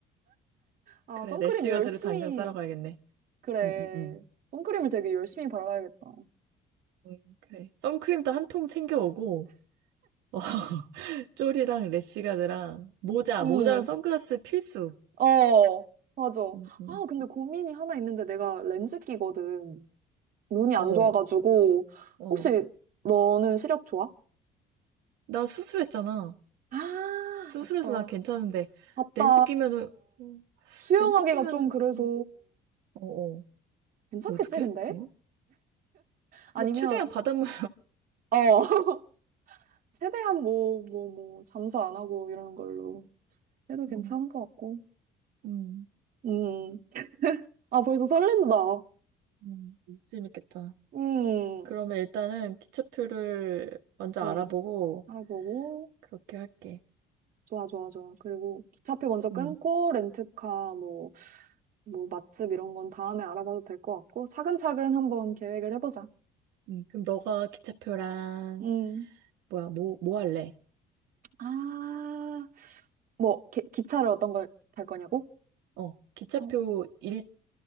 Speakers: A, on the right (about 55°); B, on the right (about 85°).
A: 아,
B: 그래,
A: 선크림
B: 래쉬가드를
A: 열심히,
B: 당장 싸러 가야겠네.
A: 그래.
B: 응, 응, 응.
A: 선크림을 되게 열심히 발라야겠다.
B: 응 그래. 선크림도 한 통 챙겨오고, 어, <laughs> 쫄이랑 래쉬가드랑 모자,
A: 음,
B: 모자랑 선글라스 필수.
A: 어, 맞아. 아,
B: 응, 응.
A: 근데 고민이 하나 있는데 내가 렌즈 끼거든. 눈이
B: 어,
A: 안 좋아가지고.
B: 어.
A: 혹시 너는 시력 좋아?
B: 나 수술했잖아.
A: 아,
B: 수술해서
A: 맞다.
B: 나 괜찮은데,
A: 맞다.
B: 렌즈 끼면은, 어,
A: 수영하기가
B: 렌즈 끼면은,
A: 좀 그래서
B: 음, 어, 어.
A: 괜찮겠지,
B: 뭐 어떡해?
A: 근데?
B: 어?
A: 아니면,
B: 근데 최대한 바닷물,
A: 어. <laughs> 최대한 뭐, 뭐, 뭐, 잠수 안 하고 이러는 걸로
B: <laughs>
A: 해도 괜찮을
B: 음,
A: 것 같고.
B: 음,
A: 음. 아, 벌써 설렌다.
B: 음, 재밌겠다.
A: 음.
B: 그러면 일단은 기차표를 먼저
A: 음.
B: 알아보고,
A: 알아보고.
B: 그렇게 할게.
A: 좋아, 좋아, 좋아. 그리고 기차표 먼저 끊고,
B: 음.
A: 렌트카, 뭐, 뭐, 맛집 이런 건 다음에 알아봐도 될 것 같고, 차근차근 한번 계획을 해보자.
B: 네, 그럼 너가 기차표랑
A: 음.
B: 뭐야 뭐 뭐 할래?
A: 아, 뭐, 기, 기차를 어떤 걸 탈 거냐고?
B: 어 기차표
A: 어,
B: 일